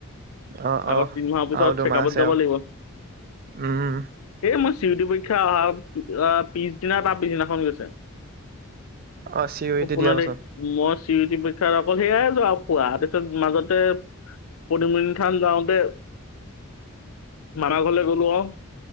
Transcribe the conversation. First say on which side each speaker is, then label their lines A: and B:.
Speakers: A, on the right; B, on the left.
A: অ অ
B: আগত তিন মাহৰ পিছত
A: আৰু দুমাহ
B: চেকআপত
A: আছে
B: যাব
A: আৰু
B: লাগিব।
A: উম
B: এই মই চি ইউ টি পৰীক্ষা অহা পিছদিনা তাৰ পিছদিনাখন গৈছে।
A: অ চিউৰিটি
B: সপোনাদে
A: দিয়াৰ পাছত
B: মছ চিওটি পৰীক্ষাত অকল সেয়াই যোৱা খোৱা পিছত মাজতে পদুম ঠাম যাওঁতে মাৰা ঘৰলে গ'লো অ',